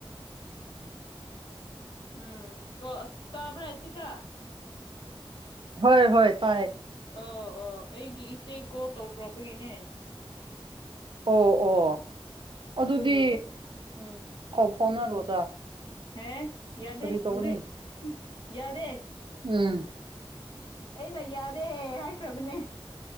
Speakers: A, on the left; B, on the right.
A: ꯎꯝ ꯀ ꯇꯥꯕꯥꯏ ꯆ ꯀ
B: ꯍꯣꯏ ꯍꯣꯏ ꯇꯥꯏꯌꯦ
A: ꯑ ꯑꯥ ꯑꯩꯒꯤ ꯏꯆꯦ ꯀꯣꯜ ꯇꯧꯔꯔꯛꯄꯒꯤꯅꯦ
B: ꯑꯣ ꯑꯣ ꯑꯗꯨꯗꯤ
A: ꯑꯗꯨꯒꯤ ꯎꯝ
B: ꯀ ꯐꯥꯎꯅꯔꯣꯗ
A: ꯍꯦ ꯌꯥꯗꯦ
B: ꯀꯔꯤ ꯇꯧꯒꯅꯤ
A: ꯍꯧꯖꯤꯛ ꯌꯥꯗꯦ
B: ꯎꯝ
A: ꯑꯩ ꯅ ꯌꯥꯗꯦ ꯍꯥꯏꯈ꯭ꯔꯕꯅꯦ